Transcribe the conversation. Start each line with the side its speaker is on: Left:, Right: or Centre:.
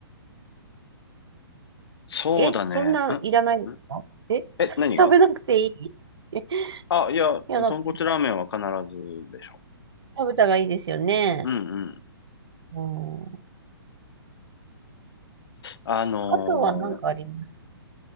Left: そうだね。
Right: え、そんなんいらないんですかえ、
Left: んんえ、
Right: <laughs>
Left: 何が
Right: 食べなくていい <laughs> い
Left: あ、いや、
Right: や、なんか
Left: 豚骨ラーメンは必ずでしょ。
Right: 食べたらいいですよね。
Left: うんうん。
Right: うん。
Left: あの
Right: あとは何かあります